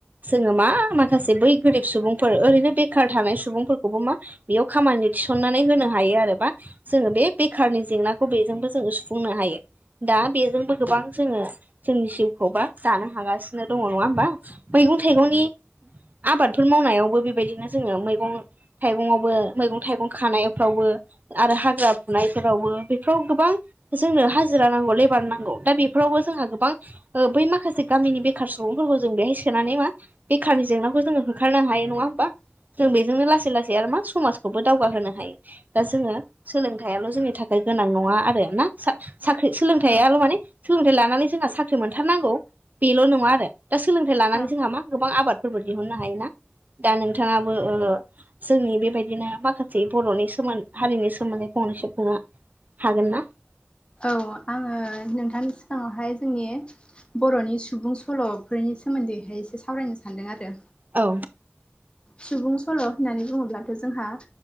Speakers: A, on the right (about 45°); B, on the left (about 25°).
A: जोङो मा माखासे बै गोरिब सुबुंफोर ओरैनो बेखार थानाय सुबुंफोरखौबो मा बेयाव खामानि थिसननानै होनो हायो आरो मा जोङो बे बेखारनि जें नाखौ बेजोंबो जों सुफुंनो हायो दा बेजोंबो गोबां जोङो जोंनि जिउखौबा दानो हागासिनो दङ नङा होमबा मैगं थाइगंनि आबादफोर मावनायावबो बेबायदिनो जोङो मैगं थाइगंआवबो मैगं थाइगं खानायफ्रावबो आरो हाग्रा फुनायफोरावबो बेफोराव गोबां जोंनो हाजिरा रा नांगौ लेबार नांगौ दा बेफोरावबो जोंहा गोबां बै माखासे गामिनि बेखार सुबुंफोरखौ जों बेाय स होनानै मा बेकारनि जेंनाखौ होखारनो हायो नङा होमबा जों बेजोंनो लासै लासै आरो मा समाजखौबो दावगाहोनो हायो दा जोङो सोलोंथायाइल' जोंनि थाखाय गोनां नङा आरो ना साख्रि सोलोंथाइयाल'
B: औ
A: माने सोलोंथाइ लानानै जोंहा साख्रि मोनथारनांगौ बेल' नङा आरो दा सोलोंथाइ लानानै
B: औ
A: जोंहा मा गोबां आबादफोरबो दिहुननो हायोना दा नोंथाङाबो जोंनि बेबायदिनो माखासे जै बर'नि सोमोनदै हारिनि सोमोन्दै फंनै सिबफुंनो हागोन ना
B: औ आङो नोंथांनि सिगाङावहाय जोंनि बर'नि सुबुं सल'फोरनि सोमोन्दैहाय एसे सावरायनो सान्दों आरो
A: औ।
B: सुबुं सल' होननानै बुङोब्लाथ' जोंहा